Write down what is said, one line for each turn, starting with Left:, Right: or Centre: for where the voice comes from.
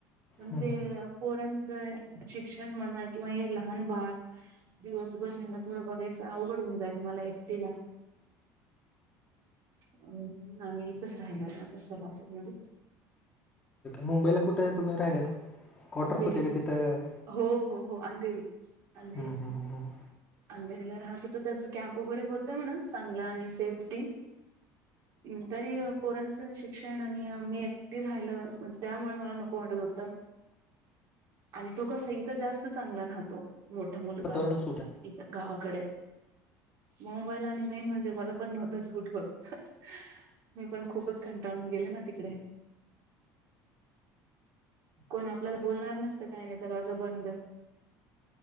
Right: पण
Left: हम्म,
Right: ते
Left: हम्म.
Right: पोरांचं शिक्षण म्हणा, किंवा हे लहान बाळ, दिवसभर हेना थोडं बघायचं अवघड होऊन जाईल मला एकटीला. अ आम्ही इथंच राहिलोय आता सोलापूरमध्ये.
Left: मुंबईला कुठं यतुम्ही राहिलेला? क्वार्टर्स
Right: अंधेरी
Left: होते का तिथं
Right: हो, हो, हो अंधेरी -अंधेरी.
Left: हम्म, हम्म, हम्म, हम्म.
Right: अंधेरीला राहतो तर त्याच कॅम्प वगैरे होत म्हणा, चांगलं आणि सेफ्टी हम्म तरी पोरांचं शिक्षण आणि मी एकटी राहिल पण त्यामुळे मला नको वाटत होतं आणि तो कसा इथं जास्त चांगला राहतो मोठा मुलगा
Left: वातावरण सुट
Right: इथ गावाकडे मुंबईला आणि मेन म्हणजे मला पण नव्हत सूट होत मी पण खूपच कंटाळून गेले ना तिकडे कोण आपल्याला बोलणार नसत काय नाही दरवाजा बंद